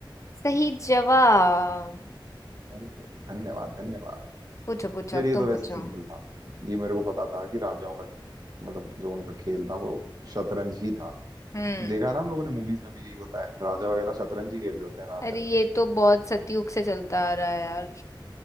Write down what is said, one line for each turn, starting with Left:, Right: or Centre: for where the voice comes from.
Left: सही जवाब
Right: ओहो, धन्यवाद धन्यवाद
Left: पूछो पूछो
Right: यार
Left: अब
Right: ये
Left: तुम
Right: तो वैसे
Left: पूछो
Right: सिंपल था ये मेरे को पता था कि राजाओं का जो मतलब जो उनका खेल था वो शतरंज ही था
Left: हम्म
Right: देखा ना हम लोगों ने मूवीज में भी यही होता है राजा वगैरह शतरंज ही खेल रहे होते हैं ज्यादातर
Left: अरे ये तो बहुत सतयुग से चलता आ रहा है यार